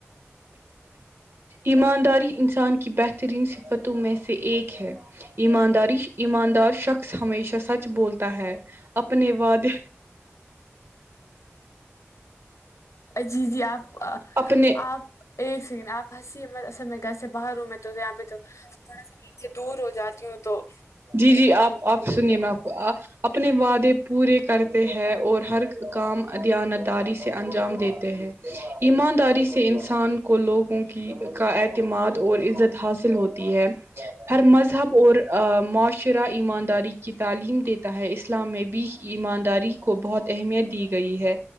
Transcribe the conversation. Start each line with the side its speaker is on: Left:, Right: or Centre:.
Right: ایمانداری انسان کی بہترین صفتوں میں سے ایک ہے ایمانداری ایماندار شخص ہمیشہ سچ بولتا ہے اپنے وعدے
Left: جی جی آپ
Right: اپنے
Left: آپ ایک سیکنڈ آپ ہنسیے مت گھر سے باہر ہوں میں تو یہاں پہ تو تھوڑا سا میں ان سے دور ہو جاتی ہوں تو
Right: جی جی آپ آپ سنیے میں آپ کو اپنے وعدے پورے کرتے ہیں اور ہر کام دیانت داری سے انجام دیتے ہیں ایمانداری سے انسان کو لوگوں کی کا اعتماد اور عزت حاصل ہوتی ہے ہر مذہب اور معاشرہ ایمانداری کی تعلیم دیتا ہے اسلام میں بھی ایمانداری کو بہت اہمیت دی گئی ہے